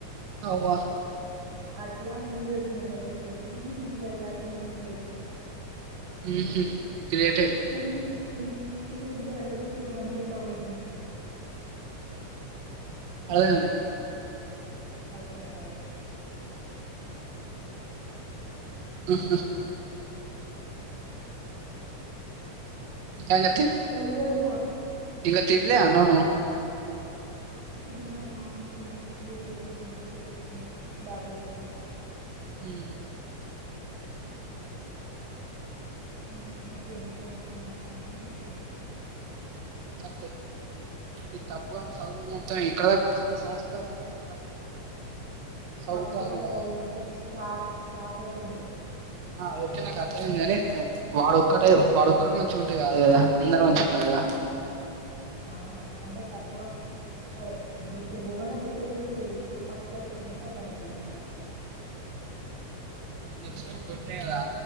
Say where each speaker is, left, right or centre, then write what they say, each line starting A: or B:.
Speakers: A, on the right; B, on the right.
A: అవ్వా
B: అట్ల మీదొచ్చిన పైసలతోటి ఇయ్యాల దాక నెట్టుకుంట వచ్చిన
A: ఉహ్మ్ గ్రేట్ ఏ
B: స్టిల్ ఇం స్టిల్ ఇంక నా దగ్గర టూ హండ్రెడ్ బ్యాలెన్స్ ఉంచుకున్న
A: అర్ధం కాలే
B: అది నా వాడకం
A: ఆహా అదే
B: <unintelligible> తెలుసా
A: ఇంక తిన్లే అన్నం నువ్వు?
B: తిన్నా రాగానే తిన్నా డ్యూటీ కి పోతనని చెప్పి ఇటోచ్చినా డాబా ఎక్కినా
A: ఉమ్
B: ఉమ్ మా ఫ్రెండ్స్ ఫోన్ చేస్తే మాట్లాడిన అయిపోయింది
A: అత్తయి ఇది తప్పుగాని చదువు మొత్తం ఇక్కడదాక వచ్చింది సమస్తం వాళ్ళది చదువుతారులా
B: తప్పు గాని చదువు చూస్తే షాక్ షాక్ అయితవు నువ్వు
A: ఆ ఓకే నాకు అర్థమైంది కాని వాడొక్కటే వాడొక్కడు మంచిగ ఉంటే కాదు కదా అందరు మంచిగ ఉండాలె కదా దా
B: ఆ అంటే తప్పుగాడు తప్పుగాడు ఇప్పుడు బువన చెప్పి ఏం చెత్తది ఇప్పుడు ఫస్ట్ క్లాస్కి ఒచ్చినంక అర్థమయితది అమ్మగారి కథ
A: మొన్న ఒచ్చినప్పుడు కొట్టిన కదా